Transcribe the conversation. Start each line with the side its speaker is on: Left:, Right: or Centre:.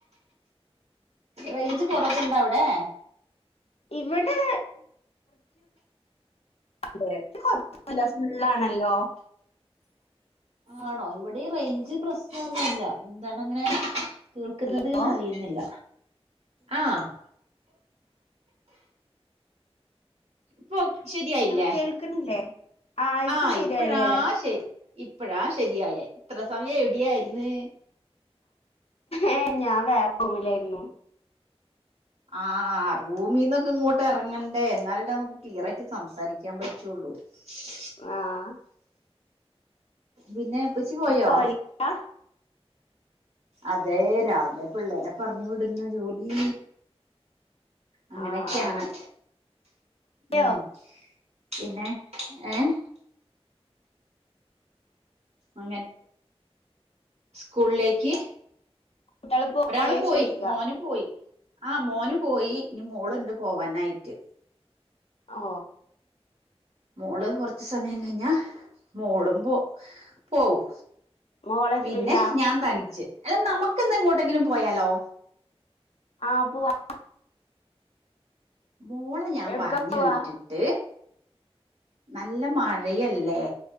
Right: റേഞ്ച് കൊറവുണ്ട അവിടെ
Left: ഇവിടെ അത് കൊയ്പല്യ ഫുള്ളാണല്ലോ
Right: ആണോ ഇവിടെഈ റേഞ്ച് പ്രശ്നോന്നുമല്ല എന്താണ് അങ്ങനെ കേൾക്കുന്നത്ന്ന്
Left: ഹലോ
Right: അറിയുന്നില്ല ആഹ ഇപ്പൊ ഓക്കെ ശരിയായില്ലേ
Left: ഹലോ കേൾക്കണില്ലേ ആ ഇപ്പൊ
Right: ആഹ
Left: ശരിയായില്ലേ
Right: ഇപ്പഴാ ശരി ഇപ്പഴാ ശരിയായേ ഇത്ര സമയം എവിടെയാരിന്ന്
Left: ഏ ഞാൻ വേറെ റൂമിലായിരുന്നു
Right: ആ റൂമീന്നൊക്കെ ഇങ്ങോട്ട് ഇറങ്ങണ്ടേ എന്നാലല്ലേ നമുക്ക് ക്ലിയർായിട്ട് സംസാരിക്കാൻ പറ്റുള്ളൂ ഉ
Left: ആഹ
Right: പിന്നെ എപ്പിച്ചി പോയോ
Left: ജോലിയാ
Right: അതെ രാവിലെ പിള്ളേരെ പറഞ്ഞു വിടുന്ന ജോലി അങ്ങനെയൊക്കെയാണ്
Left: ആ ആ
Right: ഉം
Left: യോ
Right: പിന്നെ ഏഹ് അങ്ങ സ്കൂളിലേക്ക്
Left: കുട്ടികള് പോയോ
Right: ഒരാള് പോയി
Left: ചോയിക്കാ
Right: മോന് പോയി ആഹ് മോന് പോയി ഇനി മോള് ഇണ്ട് പോവാനായിട്ട്
Left: ഓ
Right: മോള് കൊറച്ച് സമയം കഴിഞ്ഞാ മോളും പോ പോവും
Left: മോളെത്രയിലാ
Right: പിന്നെ ഞാൻ തനിച്ച് അല്ല നമുക്ക്ന്ന് എങ്ങോട്ടെങ്കിലും പോയാലോ
Left: ആഹ് പോവാം
Right: മോളെ ഞാൻ
Left: എവിടക്കാ
Right: പറഞ്ഞു
Left: പോവാ
Right: വിട്ടിട്ട് നല്ല മഴയല്ലേ